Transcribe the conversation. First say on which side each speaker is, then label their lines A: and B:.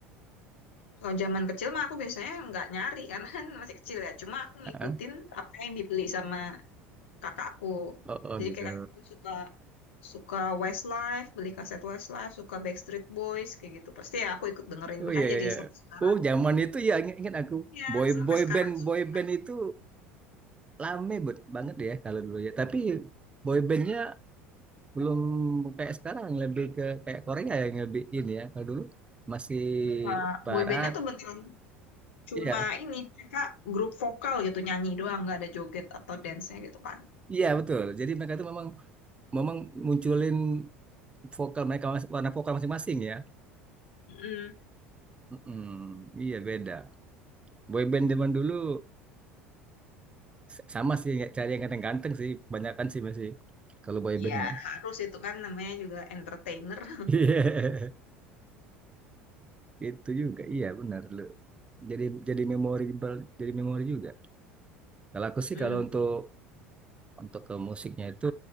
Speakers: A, on the left; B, on the right.
A: Kalau zaman kecil mah aku biasanya nggak nyari <laughs> karena kan masih kecil ya. Cuma aku ngikutin
B: Heeh.
A: apa yang dibeli sama kakakku.
B: Oh, oh
A: Jadi
B: gitu.
A: kayak kakakku suka suka Westlife, beli kaset Westlife, suka Backstreet Boys kayak gitu. Pasti ya aku ikut dengerin.
B: Oh
A: Makanya
B: iya iya.
A: jadi
B: iya.
A: sampai sekarang
B: Oh zaman itu ya ingat, ingat aku
A: ya
B: boy
A: sampai
B: boy
A: sekarang
B: band
A: suka.
B: boy band itu lame bet- banget ya kalau dulu ya. Tapi boy bandnya belum kayak sekarang lebih ke kayak Korea yang lebih ini ya kalau dulu masih
A: Iya,
B: barat
A: boybandnya tuh beneran cuma
B: iya
A: ini mereka grup vokal gitu nyanyi doang nggak ada joget atau dance-nya gitu kan.
B: iya betul jadi mereka itu memang memang munculin vokal mereka mas- warna vokal masing-masing ya
A: Mm,
B: Mm-mm. iya beda boyband zaman dulu s- sama sih nggak cari yang ganteng-ganteng sih kebanyakan sih masih kalau boybandnya
A: ya harus itu kan namanya juga entertainer. <laughs>
B: <laughs> iya itu juga iya benar lu jadi jadi memorable jadi memori juga kalau aku
A: Mm-mm.
B: sih kalau untuk untuk ke musiknya itu